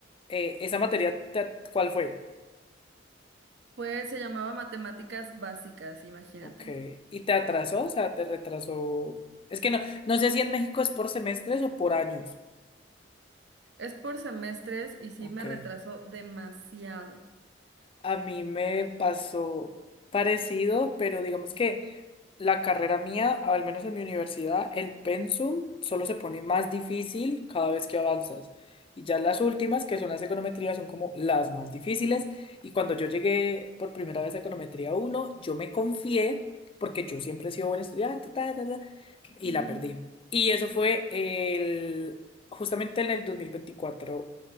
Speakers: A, on the left; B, on the right.
A: eh, esa materia, ¿te- ¿cuál fue?
B: Pues se llamaba matemáticas básicas, imagínate.
A: Ok. ¿Y te atrasó? O sea, te retrasó. Es que no, no sé si en México es por semestres o por años.
B: Es por semestres y sí
A: Ok.
B: me retrasó demasiado.
A: A mí me pasó parecido, pero digamos que. la carrera mía, al menos en mi universidad, el pensum solo se pone más difícil cada vez que avanzas. Y ya las últimas, que son las econometrías, son como las más difíciles. Y cuando yo llegué por primera vez a econometría uno yo me confié, porque yo siempre he sido buen estudiante, ta, ta, ta, y
B: Ujú,
A: la perdí. Y eso fue el, justamente en el dos mil veinticuatro